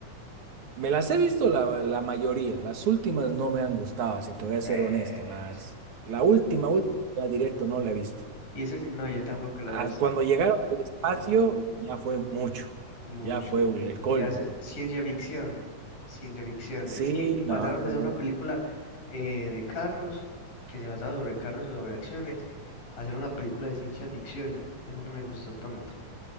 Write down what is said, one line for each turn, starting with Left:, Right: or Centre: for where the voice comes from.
Right: me las he visto la, la mayoría, las últimas no me han gustado, si te voy a ser
Left: Eh...
Right: honesto. Las, la última, última, ya directo no la he visto.
Left: Y eso... que- No, yo tampoco la
Right: Ah,
Left: he visto.
Right: Cuando llegaron al espacio, ya fue mucho,
Left: Mucho.
Right: ya fue el colmo.
Left: Ya sé, ciencia ficción, ciencia ficción.
Right: Sí,
Left: Es que pasaron
Right: no, pero
Left: de ser una película eh, de carros, que se basaba sobre carros y sobre acciones, a ser una película de ciencia ficción. Eso no me gustó tanto.